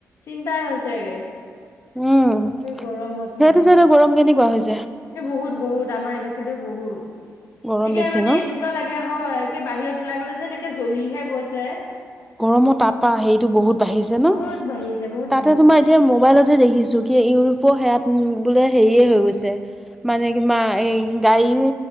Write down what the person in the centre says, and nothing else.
উম,
সেইটো
চাইড গৰম কেনেকুৱা হৈছে?
গৰম
বেছি
ন
গৰমৰ তাৰপা হেইটো বহুত বাঢ়িছে ন'?
তাতে
তোমাৰ এতিয়া মোবাইলতহে দেখিছো কি ইউৰোপ সেয়াত উম, বোলে হেৰিয়ে হৈ গৈছে মানে কিবা এই গাড়ী